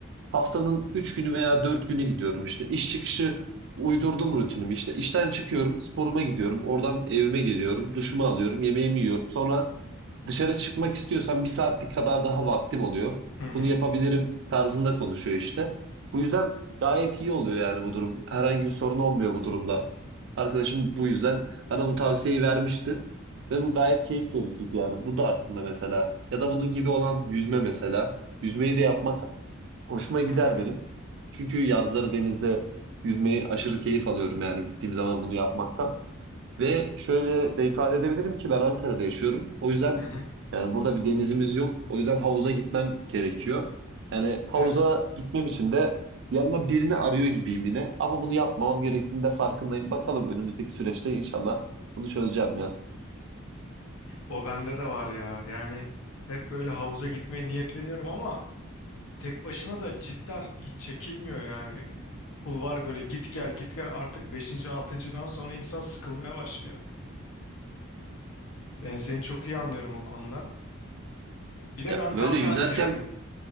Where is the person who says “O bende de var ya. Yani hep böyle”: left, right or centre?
Left